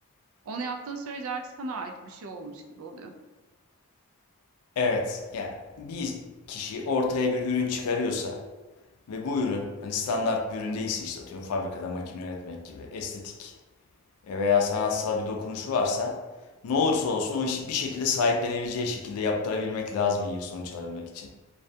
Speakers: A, on the right; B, on the left.
A: Onu yaptığın sürece artık sana ait bir şey olmuş gibi oluyor.
B: Evet, yani bir kişi ortaya bir ürün çıkarıyorsa ve bu ürün hani standart bir ürün değilse işte atıyorum fabrikada makine üretmek gibi estetik veya sanatsal bir dokunuşu varsa ne olursa olsun o işi bir şekilde sahiplenebileceği şekilde yaptırabilmek lazım iyi bir sonuç alabilmek için.